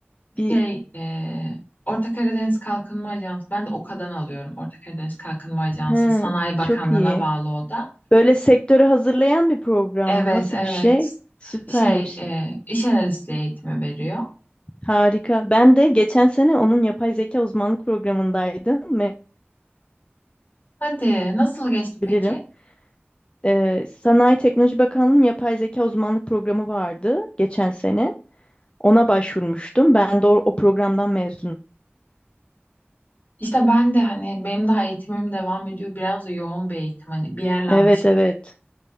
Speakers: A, on the left; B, on the left.
A: Bir
B: Şey, eee, Orta Karadeniz Kalkınma Ajansı. Ben de OKA'dan alıyorum. Orta Karadeniz Kalkınma Ajansı.
A: hı,
B: Sanayi Bakanlığı'na
A: çok iyi.
B: bağlı o da.
A: Böyle sektörü hazırlayan bir program
B: Evet,
A: mı? Nasıl
B: evet.
A: bir şey? Süpermiş.
B: Şey, eee iş analistliği eğitimi veriyor.
A: Harika. Ben de geçen sene onun yapay zeka uzmanlık programındaydım. Me-
B: Hadi, nasıl geçti
A: Bilirim.
B: peki?
A: Ee, Sanayi Teknoloji Bakanlığı'nın yapay zeka uzmanlık programı vardı geçen sene. Ona başvurmuştum. Ben de o, o programdan mezunum.
B: İşte ben de hani benim daha eğitimim devam ediyor. Biraz da yoğun bir eğitim hani bir yerle
A: Evet
B: anlaşıp.
A: evet.